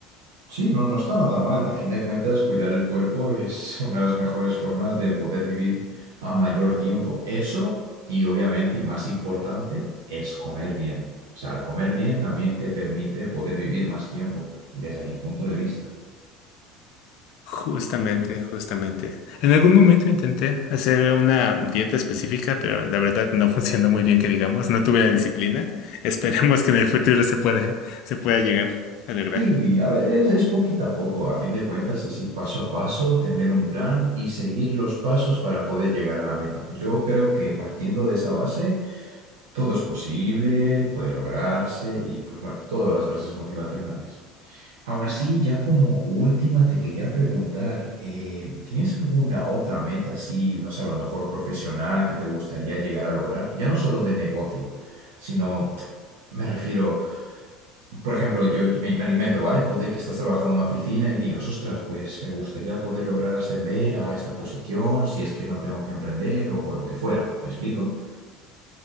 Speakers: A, on the right; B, on the left.
A: Sí, no, no está nada mal. A fin de cuentas, cuidar el cuerpo es <laughs> una de las mejores formas de poder vivir a mayor tiempo. Eso, y obviamente, y más importante, es comer bien. O sea, al comer bien también te permite poder vivir más tiempo, desde mi punto de vista.
B: Justamente, justamente. En algún momento intenté hacer una dieta específica, pero la verdad no <laughs> funcionó muy bien, que digamos, no tuve la disciplina. Esperemos que en el futuro se pueda, se pueda llegar a lograr.
A: Sí, a ver, es, es poquito a poco. A fin de cuentas, es ir paso a paso, tener un plan y seguir los pasos para poder llegar a la meta. Yo creo que partiendo de esa base todo es posible, puede lograrse y pues bueno, todas las frases motivacionales. Aún así, ya como última te quería preguntar, eh, ¿tienes alguna otra meta así, no sé, a lo mejor profesional que te gustaría llegar a lograr? Ya no solo de negocio, sino me refiero, por ejemplo, yo me, me lo invento, ¿vale? Ponte que estás trabajando en una oficina y digas, ostras, pues me gustaría poder lograr ascender a esta posición si es que no tengo que emprender o o lo que fuera. ¿Me explico?